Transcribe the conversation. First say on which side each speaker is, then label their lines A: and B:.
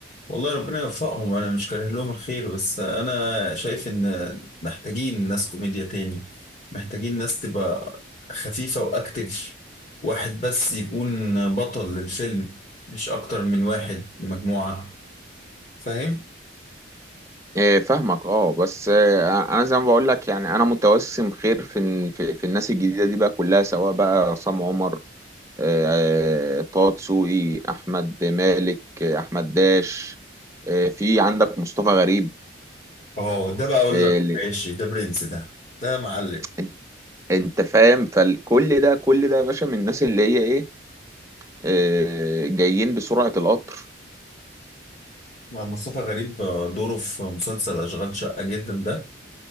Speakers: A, on the left; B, on the right.
A: والله ربنا يوفقهم انا مش كاره لهم الخير بس انا شايف ان محتاجين ناس كوميديا تاني محتاجين ناس تبقى خفيفة واكتف واحد بس يكون بطل للفيلم مش اكتر من واحد مجموعة فاهم
B: آه، فاهمك اه بس آه، انا زي ما بقول لك يعني انا متوسم خير في ال- في في الناس الجديده دي بقى كلها سواء بقى عصام عمر آه، آه، طه دسوقي احمد مالك آه، احمد داش آه، في عندك مصطفى غريب
A: اه ده بقى اقول
B: اللي
A: لك ماشي ده برنس ده ده معلم
B: انت انت فاهم فكل ده كل ده يا باشا من الناس اللي هي ايه آه، جايين بسرعة القطر
A: مع مصطفى غريب آه، دوره في مسلسل اشغال شقة جدا ده